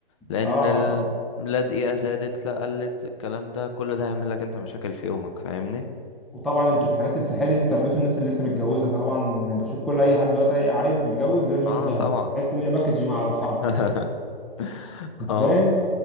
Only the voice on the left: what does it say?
لان
ال...
لا دقيقة زادت لا قلت الكلام ده كل ده هيعمل لك انت مشاكل في يومك فاهمني
اه
طبعا
<laughs>
اه